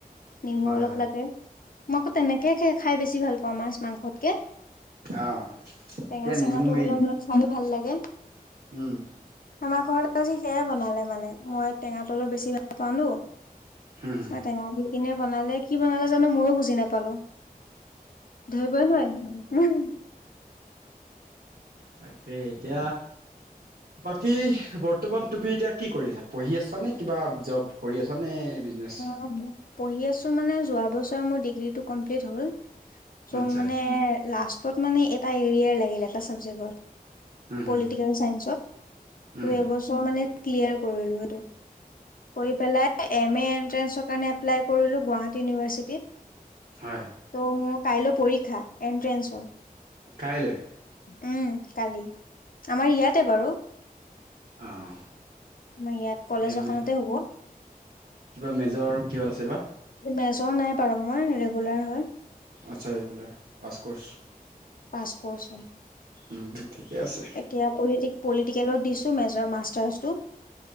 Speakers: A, on the left; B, on the right.
A: নেমু
B: হয়
A: অলপ
B: হয়
A: লাগে। মই আকৌ তেনেকে খাই বেছি ভাল পাওঁ, মাছ-মাংস কে,
B: অ'
A: টেঙা
B: এতিয়া
A: চেঙাটো
B: নেমু মেইন
A: অলপ অলপ খাইয়ো ভাল লাগে।
B: উম।
A: আমাৰ ঘৰত আজি সেয়াই বনালে মানে মই টেঙাত অলপ বেছি ভাল
B: হুম,
A: <unintelligible> টেঙা দি কিনে বনালে, কি বনালে জানো ময়ো বুজি নাপালো। ধৰিবই নোৱাৰিলোঁ।
B: তাকে এতিয়া বাকী বৰ্তমান তুমি এতিয়া কি কৰি আছা, পঢ়ি আছা নে কিবা জব কৰি আছ নে বিজনেছ?
A: <inaudible> পঢ়ি আছোঁ মানে যোৱা বছৰ মোৰ ডিগ্ৰীটো কমপ্লিট হ'ল, চ
B: আচ্ছা,
A: মানে লা তত মানে এটা এৰিয়াৰ লাগিল, এটা ছাবজেক্টত
B: উম, হুম,
A: পলিটিকেল চাইন্সত।
B: উম,
A: ত এবছৰ মানে ক্লিয়াৰ কৰিলো সেইটো, কৰি পেলাই এম এ এন্ট্ৰেঞ্চৰ কাৰণ এপলাই কৰিলো গুৱাহাটী ইউনিভাৰ্চিটিত।
B: হয়।
A: ত' মোৰ কাইলৈ পৰীক্ষা এন্ট্ৰেন্ঞ্চৰ।
B: কাইলৈ?
A: উম, কালি। আমাৰ ইয়াতে বাৰু।
B: অ'।
A: মোৰ ইয়াত কলেজ
B: এম
A: এখনতে
B: এ
A: হ'ব।
B: কিবা মেজৰ কিহত আছে বা?
A: মেজৰ নাই বাৰো মোৰ, ৰেগুলাৰ হয়।
B: আচ্ছা, ৰেগুলাৰ পাছক'ৰ্চ।
A: পাছ কৰ্চ হয়।
B: উম ঠিকে আছে।
A: এতিয়া পলিটিক পলিটিকেলত দিছো মেজ মাষ্টাৰ্চটো।